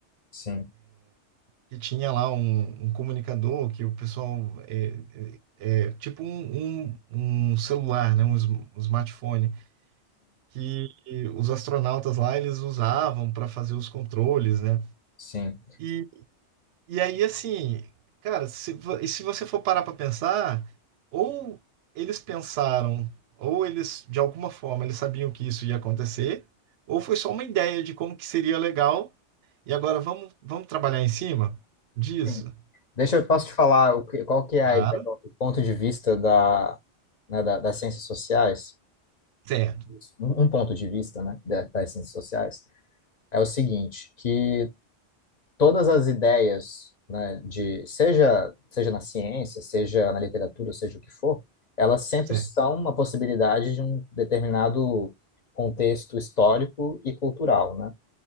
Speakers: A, on the left; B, on the right.
A: sim,
B: Que tinha lá um, um comunicador que o pessoal é, é, é, tipo um, um, um celular, né? Um, sm- um smartphone que os astronautas lá eles usavam para fazer os controles, né?
A: sim,
B: E E aí, assim, cara, se, vo- e se você for parar pra pensar, ou eles pensaram, ou eles, de alguma forma, eles sabiam que isso ia acontecer, ou foi só uma ideia de como que seria legal, e agora vamos, vamos trabalhar em cima disso?
A: sim. Deixa eu posso te falar o que, qual que é a
B: Claro.
A: ideia, o ponto de vista da, né, da- das ciências sociais,
B: Certo,
A: Isso. um um ponto de vista, né, da- das ciências sociais, é o seguinte, que todas as ideias, né, de seja seja na ciência, seja na literatura, seja o que for, elas sempre
B: certo.
A: são uma possibilidade de um determinado contexto histórico e cultural, né?